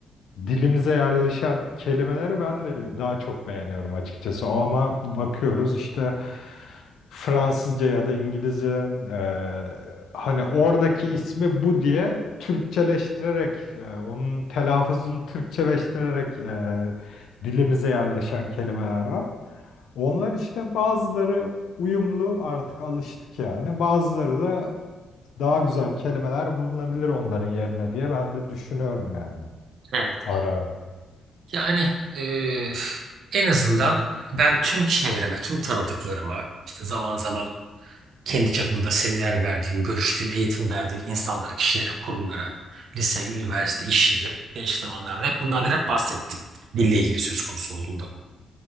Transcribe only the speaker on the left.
dilimize yerleşen kelimeleri ben de daha çok beğeniyorum açıkçası. Ama bakıyoruz işte Fransızca ya da İngilizceden e, hani oradaki ismi bu diye Türkçeleştirerek e, onun telaffuzunu Türkçeleştirerek e, dilimize yerleşen kelimeler var. Onlar işte bazıları uyumlu artık alıştık yani. Bazıları da daha güzel kelimeler bulunabilir onların yerine diye ben de düşünüyorum yani.
Ararım.